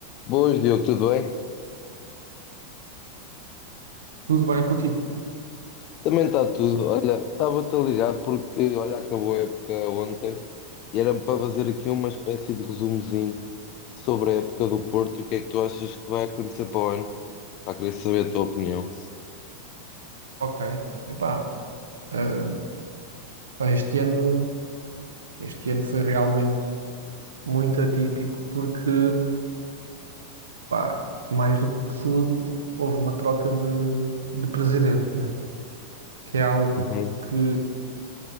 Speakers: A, on the left; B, on the right.
A: Boas, Diogo, tudo bem?
B: Tudo bem contigo?
A: Também está tudo. Olha, estava-te a ligar porque, olha, acabou a época ontem e era para fazer aqui uma espécie de resumozinho sobre a época do Porto e o que é que tu achas que vai acontecer para o ano. Para querer saber a tua opinião.
B: Ok. Epá, ah, pá, este ano, este ano foi realmente muito atípico porque, pá, mais do que tudo, houve uma troca de, de presidente, né? Que é algo
A: Uhum.
B: que,